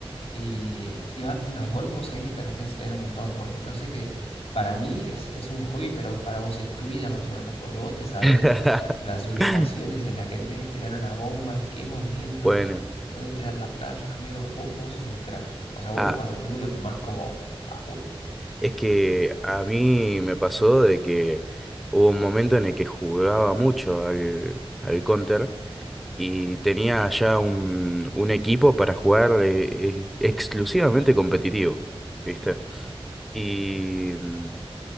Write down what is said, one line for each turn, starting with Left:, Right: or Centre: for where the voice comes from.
Left: Y, y va- no, igual vos ahí me tenés que enseñar un montón, porque yo sé que para mí es, es un hobby, pero para vos es tu vida más o menos, porque vos te sabés
Centre: <laughs>
Left: las ubicaciones en las que tenés que tirar una bomba, en qué momento,
Centre: Bueno,
Left: dónde tirar la flash. Amigo, vos, vos sos un crack. O sea, vos
Centre: ah,
Left: los pasatiempos los tomás como a full.
Centre: es que a mí me pasó de que hubo un momento en el que jugaba mucho al, al Counter y tenía ya un, un equipo para jugar eh, eh, exclusivamente competitivo, ¿viste? Y, mm,